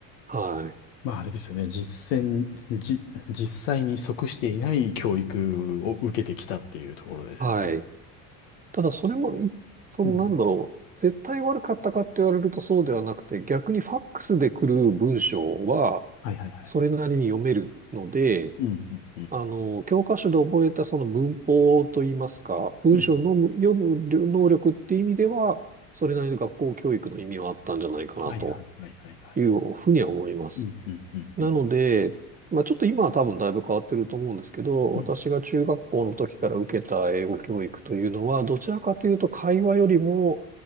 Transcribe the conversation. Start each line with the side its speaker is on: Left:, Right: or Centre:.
Right: はい。
Left: まあ、あれですよね。実践、じ、実際に即していない教育を受けてきたっていうところですよね。
Right: はい。ただそれもい、そのなんだろう。
Left: うん。
Right: 絶対悪かったかって言われるとそうではなくて、逆にファックスで来る文章は
Left: はいはいはい。
Right: それなりに読めるので、
Left: うん、うん、うん。
Right: あの、教科書で覚えたその文法といいますか、文章の読む能力っていう意味では、
Left: うん。
Right: それなりの学校教育の意味はあったんじゃないかなと
Left: はいはいはいはいはい。
Right: いうふうには思います。
Left: うん、うん、うん、
Right: なので、
Left: うん。
Right: まあちょっと今は多分だいぶ変わってると思うんですけど、
Left: うん、
Right: 私が中学校の時から受けた英語教育というのは、どちらかというと会話よりも、